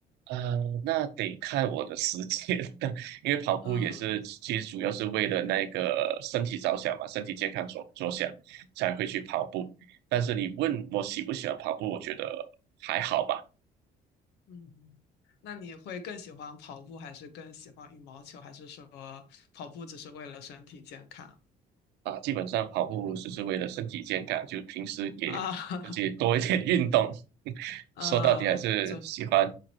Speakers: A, on the right; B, on the left.
A: 呃，那得看我的时间，<laughs> 因为跑步也是，
B: 嗯。
A: 其实主要是为了那个身体着想嘛，身体健康着着想才会去跑步。但是你问我喜不喜欢跑步，我觉得还好吧。
B: 嗯，那你会更喜欢跑步，还是更喜欢羽毛球，还是说跑步只是为了身体健康
A: 啊，基本上跑步只是为了身体健康，就平时给
B: 啊？<laughs>
A: 自己多一点 <laughs> 运动。
B: 嗯
A: <laughs>
B: 嗯，
A: 说到底还是喜欢
B: 这